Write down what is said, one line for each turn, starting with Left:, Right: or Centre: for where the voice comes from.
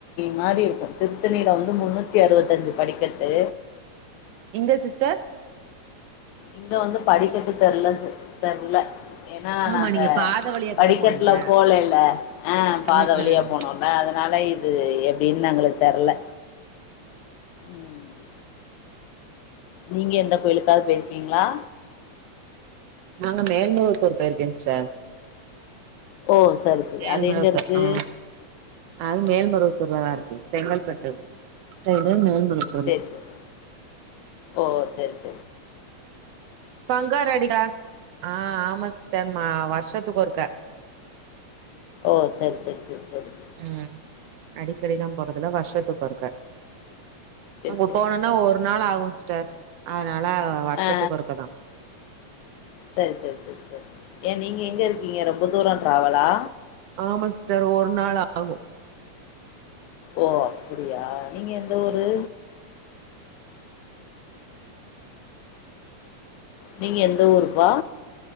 Left: மாரி இருக்கு திருத்தணில வந்து முன்னூத்தி அறுவத்தஞ்சு படிக்கட்டு
Right: எங்க சிஸ்டர்
Left: இங்க வந்து படிக்கட்டு தெர்ல சிஸ் தெர்ல ஏன்னா
Right: ஆமா
Left: நாங்க
Right: நீங்க பாத வழியா
Left: படிக்கட்ல
Right: தான போனீங்க
Left: போலைல ஆ பாத
Right: ம்
Left: வழியா
Right: ம்
Left: போனோ ல அதனால இது எப்டின் எங்ளுக்கு தெர்ல ம் நீங்க எந்த கோயிலுக்காவது போயிருக்கீங்ளா
Right: நாங்க மேல்மருவத்தூர் போயிருக்கே சிஸ்டர்
Left: ஓ சரி சரி
Right: மேல்மருவத்தூர்
Left: அது எங்க இருக்கு
Right: ஆ அது மேல்மருவத்தூர்ல தா இருக்கு செங்கல்பட்டு இது மேல்மருவத்
Left: சேர் சேர் ஓ செரி செ
Right: பங்காரு அடிகளார் ஆ ஆம சிஸ்டர் ம வருஷத்துக்கு ஒருக்க
Left: ஓ செர் செரி செரி செரி
Right: ம் அடிக்கடிலா போறதில்ல வருஷத்துக்கு ஒருக்க
Left: சரி
Right: அங்க
Left: சரி
Right: போனுனா
Left: சரி சரி
Right: ஒரு நாள் ஆகு சிஸ்டர் அதனால வருஷத்துக்கு
Left: ஆ
Right: ஒருக்கதா
Left: செரி செரி செரி செரி ஏ நீங்க எங்க இருக்கீங்க ரொம்ப தூரோ ட்ராவலா
Right: ஆமா சிஸ்டர் ஒரு நாள் ஆகு
Left: ஓ அப்படியா நீங்க எந்த ஊரு நீங்க எந்த ஊருப்பா